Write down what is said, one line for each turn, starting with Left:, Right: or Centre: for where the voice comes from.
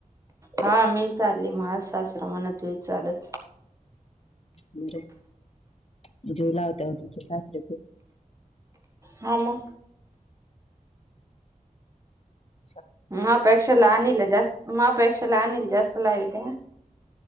Right: हा मी चालली मझ शास्त्र म्हणाच चालच
Left: ह बरजे लावते तुमचे सासरे जीव लावते खूप
Right: हा मग
Left: हम
Right: मपेक्षाला आणल जास् मापेक्षाला आणल जास्त लावित